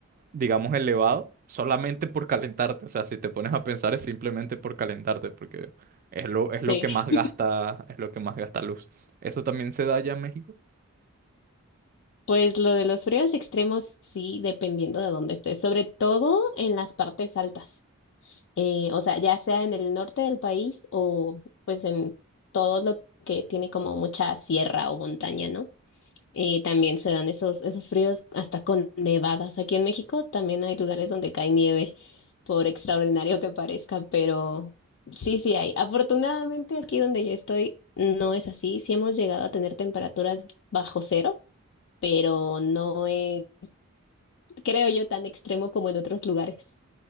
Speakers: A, on the right; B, on the left.
A: digamos, elevado solamente por calentarte. O sea, si te pones a pensar es simplemente por calentarte, porque es lo, es lo
B: Sí.
A: que más gasta, es lo que más gasta luz. ¿Eso también se da allá en México?
B: Pues lo de los fríos extremos sí, dependiendo de dónde estés, sobre todo en las partes altas, Eh, o sea, ya sea en el norte del país o pues en todo lo que tiene como mucha sierra o montaña, ¿no? Eh, también se dan esos, esos fríos hasta con nevadas. Aquí en México también hay lugares donde cae nieve, por extraordinario que parezca, pero sí, sí hay. Afortunadamente aquí donde yo estoy no es así, sí hemos llegado a tener temperaturas bajo cero pero no es, creo yo, tan extremo como en otros lugares.